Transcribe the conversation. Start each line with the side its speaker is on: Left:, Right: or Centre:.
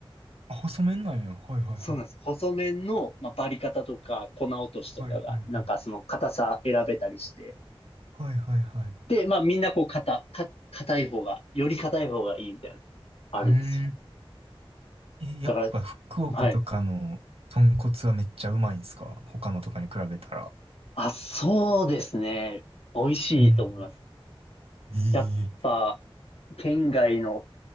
Right: あ、細麺なんや。はいはいはい。
Left: そうなんです。細麺の、まあ、バリ方とか粉落としとかが、
Right: はいはいはい。
Left: なんかその硬さ選べたりして、
Right: はいはいはい。
Left: で、まあみんなこう硬、か、硬い方が、より硬い方がいいみたいな、あるんですよ。
Right: うーん。え、やっぱ福岡とかの豚骨はめっちゃうまいんすか他のとかに比べたら。
Left: だから、はい。あ、そうですね。美味しいと思います。
Right: うん。ええ。
Left: やっぱ、県外の